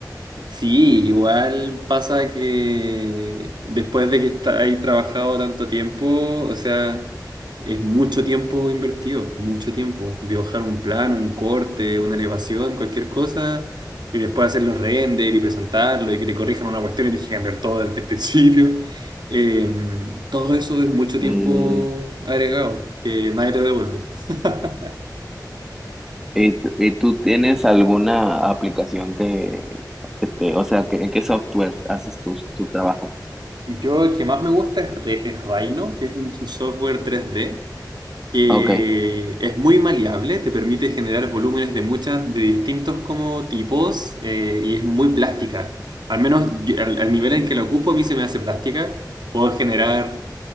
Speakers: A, on the right (about 80°); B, in the centre.
A: Sí, igual pasa que después de que está ahí trabajado tanto tiempo, o sea, es mucho tiempo invertido, mucho tiempo. Dibujar un plan, un corte, una elevación, cualquier cosa, y después hacer los render y presentarlo y que te corrijan una cuestión y tienes que cambiar todo desde el <laughs> principio. Eh, todo eso es mucho tiempo
B: Sí.
A: agregado, que nadie te lo devuelve. <laughs>
B: ¿Y, tú y tú tienes alguna aplicación que, que te, o sea, que, en qué software haces tu, tu trabajo?
A: Yo el que más me gusta es, Re- es Rhino, que es un software tres d que
B: Ok,
A: es muy maleable, te permite generar volúmenes de muchas, de distintos como tipos eh, y es muy plástica. Al menos yo- al, al nivel en que la ocupo, a mí se me hace plástica. Puedo generar